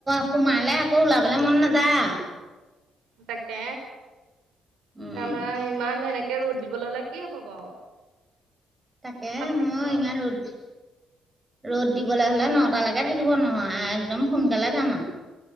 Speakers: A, on the right; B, on the right.
A: সোমালে আকৌ, ওলাবলে মন নাযায় আৰু।
B: তাকে,
A: উম।
B: ৰাম-ৰাম! ইমান এনেকে, ৰ'দ দিবলৈ হ'লে কি হ'ব বাৰু?
A: তাকে,
B: পথাৰত থাকিব
A: মই
B: আৰু
A: ইমান ৰ'দ ৰ'দ দিবলৈ হ'লে, নটালৈকে থাকিব নোৱাৰ, একদম সোনকালে যাম আৰু।